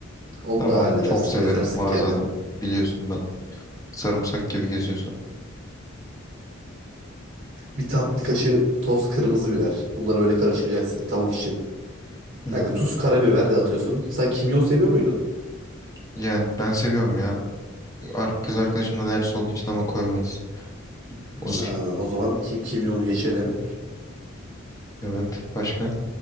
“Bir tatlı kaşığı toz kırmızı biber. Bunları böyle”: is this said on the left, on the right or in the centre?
Right